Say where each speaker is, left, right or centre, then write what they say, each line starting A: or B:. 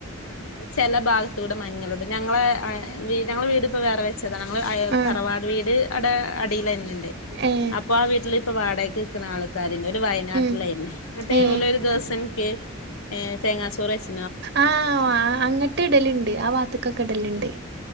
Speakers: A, on the left; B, on the right.
A: ആഹ് ചെല ഭാഗത്തൂട മഞ്ഞള്ടും ഞങ്ങളെ അ വീട് ഞങ്ങള വീട്പ്പ വേറെ വെ ച്ചതങ്ങള് അയൽ
B: ആ
A: തറവാട് വീട് അടെ അടിലന്നെണ്ട്
B: ഏ
A: അപ്പൊ ആ വീട്ട്ല് പ്പ വാടെക്ക് നിക്കണ ആൾക്കാര്ണ്ട് ഓര് വയ്നാട്ട്ലാര്ന്നു
B: ഉം
A: എന്നട്ടെ
B: ഏ
A: ഓല് ഒര് ദോസം ക്ക് അ തേങ്ങാ ചോറ് വെച്
B: ആവോ അങ്ങട്ട് ഇടല്ണ്ട് ആ വാത്ത്ക്കൊക്ക ഇടല്ണ്ട്